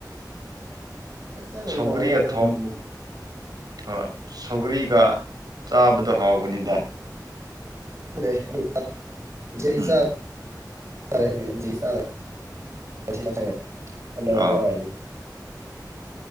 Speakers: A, on the right; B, on the right.
A: ꯐꯖꯅ
B: ꯁꯧꯒꯔꯤ
A: ꯉꯧꯔꯒ
B: ꯌꯥ
A: ꯊꯝꯈꯤꯕꯅꯤ
B: ꯊꯣꯡ ꯍꯣꯏ ꯁꯧꯒꯔꯤꯒ ꯆꯥꯕꯗꯣ ꯍꯥꯎꯕꯅꯤꯗ
A: ꯆꯥ
B: ꯎꯝ
A: ꯅꯤ
B: ꯑꯥ